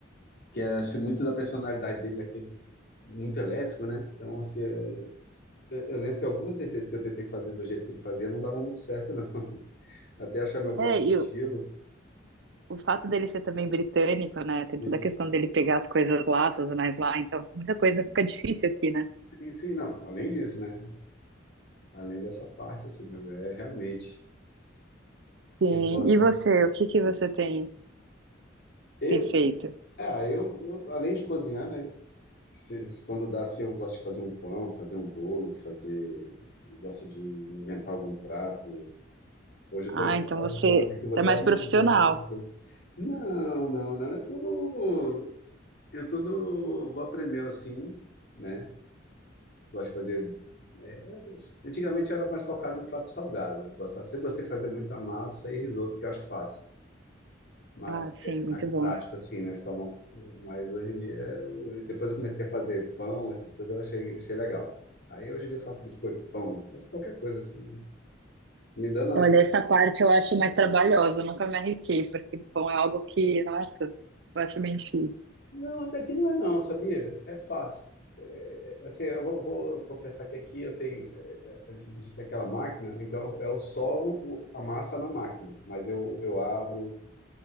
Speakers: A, on the left; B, on the right.
A: que é assim, muito da personalidade dele, daquele muito elétrico, né? Então, assim, é Eu eu lembro que algumas receitas que eu tentei fazer do jeito que ele fazia não davam muito certo, não. <laughs> Até achar meu próprio
B: é,
A: estilo.
B: e o, o fato dele ser também britânico, né? Tem
A: Isso.
B: toda a questão dele pegar as coisas lá, as sazonais lá, então muita coisa
A: Sim,
B: fica difícil aqui, né?
A: sim, sim, não. Além disso, né? Além dessa parte, assim, mas é realmente.
B: Sim.
A: Eu gosto.
B: E você, o que que
A: né?
B: você tem,
A: Eu,
B: tem feito?
A: ah, eu, eu, além de cozinhar, né? se- Quando dá assim, eu gosto de fazer um pão, fazer um bolo, fazer. eu Gosto de inventar algum prato. Hoje
B: Ah,
A: eu estou em
B: então
A: casa,
B: você
A: provavelmente eu vou
B: é
A: ter
B: mais
A: algum.
B: profissional.
A: eu vou ter que fazer. Não, não, não. É tudo. Eu tudo vou aprendendo assim, né? Gosto de fazer. né, antigamente eu era mais focado em prato salgado. Eu gostava, sempre gostei de fazer muita massa e risoto, que eu acho fácil. Mas
B: Ah,
A: é
B: sim,
A: mais
B: muito
A: prático,
B: bom.
A: assim, né? Só uma, mas hoje em dia, eu- depois eu comecei a fazer pão, essas coisas, eu achei, achei legal. Aí hoje em dia eu faço biscoito, pão, faço qualquer coisa, assim. né? Me dando.
B: Olha, essa parte eu acho mais trabalhosa, eu nunca me arrisquei, porque pão é algo que, nossa, eu acho bem difícil.
A: Não, até que não é não, sabia? É fácil. É, é, assim, eu vou, vou confessar que aqui eu tenho, é, é, a gente tem aquela máquina, então eu sovo o- a massa na máquina, mas eu, eu abro